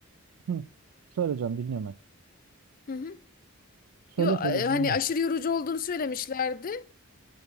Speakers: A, on the right; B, on the left.
A: Hı, söyleyeceğim dinliyorum ben.
B: hı hı.
A: Söyle
B: Yo, e,
A: söyle
B: hani
A: dinliyorum.
B: aşırı yorucu olduğunu söylemişlerdi.